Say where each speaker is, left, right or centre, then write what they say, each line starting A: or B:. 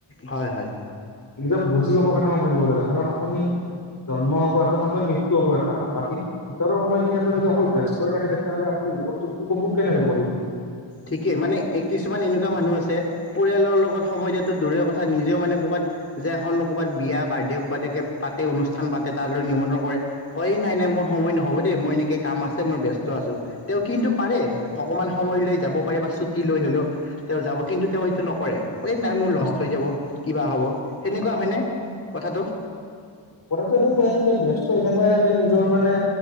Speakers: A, on the left; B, on the left.
A: হয় হয়।
B: নিজক বুজি গাবৰ কাৰণে সময়ই দিব লাগে কাৰণ আপুনি। জন্ম হ'ব এটা সময় মৃত্যু হ'ব এটা আাৰ বাকী ভিতৰৰ সময়খিনি আ পৰা যদি অকল ব্যস্ত হৈ থাকে তেতিয়াহ'লে আপুনি। <unintelligible> জীৱ তোৰ উপভোগ কেনেকে কৰিব। <unintelligible>
A: ঠিকেই মানে কিছুমান এনেকুৱা মানুহ আছে পৰিয়ালৰ লগত সময় দিয়াতো দূৰে কথা নিজেও মানে ক'বাত। <unintelligible> যে এখন ক'ৰবাত বিয়া বাৰ্থডে কৰ'ৰবাত এ পাতে অনুষ্ঠান পাতে তালৈ নিমন্ত্ৰণ কৰে কয় নাই ন। <unintelligible> মোৰ সময় নহব দেই মই এনেকে কাম আছে মই ব্যস্ত আছো তেওঁ কিন্তু পাৰে অকমান সময় ল। <unintelligible> যাব পাৰে বা ছুটি লৈ হলেও তেওঁ যাব কিন্তু তেওঁ সেইটো নকৰে ক নাই মোৰ লষ্ট
B: নহয়
A: হৈ যাব। <unintelligible> কিবা হ'ব সেনেকুৱা হয়নে কথাটো।
B: টো এনেকুৱাই যে ব্যস্ত এনেকুৱাই থাকে নিজৰ মানে।